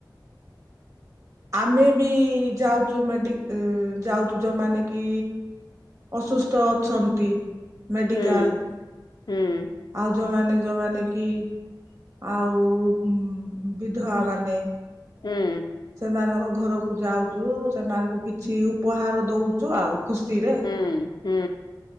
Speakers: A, on the right (about 40°); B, on the left (about 60°).
A: ଆମେ ବି ଯାଉଛୁ ମେଡିକ୍ ଏ ଯାଉଛୁ ଯଉମାନେ କି ଅସୁସ୍ଥ ଅଛନ୍ତି। ମେଡିକାଲ
B: ହୁଁ ହୁଁ।
A: ଆଉ ଯୋଉମାନେ ଯୋଉମାନେ କି ଆଉ ବିଧବା ମାନେ
B: ହୁଁ
A: ସେମାନଙ୍କ ଘରକୁ ଯାଉଛୁ। ସେମାନଙ୍କୁ କିଛି ଉପହାର ଦଉଛୁ ଆଉ ଖୁସି ରେ।
B: ହୁଁ ହୁଁ।